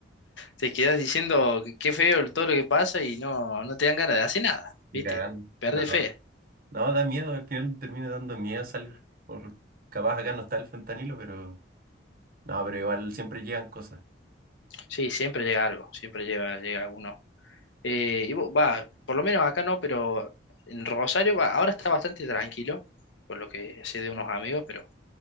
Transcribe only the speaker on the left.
te quedas diciendo que qué feo todo lo que pasa y no, no te dan ganas de hacer nada,
¿viste?
Perde
fe.
Sí, siempre llega algo, siempre llega, llega alguno. Eh, y vo- va, por lo menos acá no, pero en Rosario va, ahora está bastante tranquilo, por lo que sé de unos amigos, pero